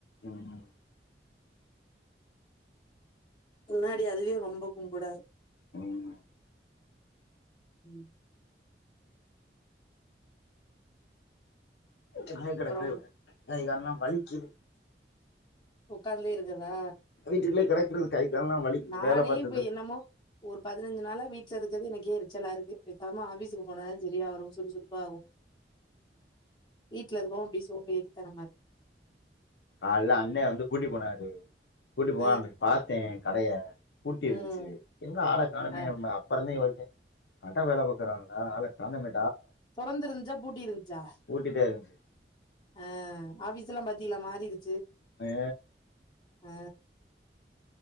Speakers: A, on the left; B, on the left.
A: ம்
B: முன்னாடி அதுவே ரொம்ப கும்புடா
A: ம்
B: ம்
A: இப்பதா
B: அப்புறம்
A: கடைக்கே வரே கைகால்ல வலிக்கிது
B: உக்காந்தே இருக்க தா
A: வீட்டுக்குள்ளே கெடக்குறது கை கால்லா வலிக்குது
B: நானே
A: வேல பாத்தது
B: இப்ப என்னமோ ஒரு பதினஞ்சு நாளா வீ கற்தே எனக்கே எரிச்சலா இருக்கு பேசாமா ஆஃபிஸுக்கு போனா தா சரியா வரு சொ துர்பாவொ வீட்ல இருக்கவு அப்டே சோம்பேறித்தனமா இருக்
A: கால்லே அண்ணே வந்து கூட்டிப் போனாரு கூட்டி
B: இருக்கு
A: போவ அங்குட்டு பாத்தே கடைய பூட்டி
B: ம்
A: இருந்த்ச்சு என்ன ஆளக் காணுமே
B: ஆ
A: ம்ம அப்பா கொழந்தைங் வாழ்க கட வேல பாக்குறாங்கல ஆள காணமே
B: தொறந்து இருஞ்ச்சா பூட்டி இருஞ்ச்சா
A: பூட்டிட்டே இருந்துச்சு
B: ஆ ஆஃபீஸ் எல்லா பாத்தீயலா மாறி இரு
A: ஏ
B: ஆ